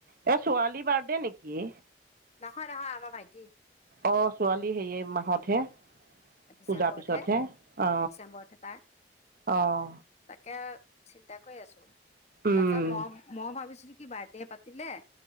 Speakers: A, on the right (about 55°); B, on the left (about 40°).
A: এ, ছোৱালী বাৰ্থডে নেকি?
B: নহয়, নহয় আমাৰ ভাইটি।
A: অ, ছোৱালী হেয়ে মাহতহে।
B: ডিচেম্বৰতহে
A: পূজাৰ পিছতহে অ,
B: ডিচেম্বৰতহে তাৰ
A: অহ।
B: তাকে চিন্তা কৰি আছো।
A: উম
B: তাৰছত মই, মই ভাবিছো বাৰ্থডে পাতিলে।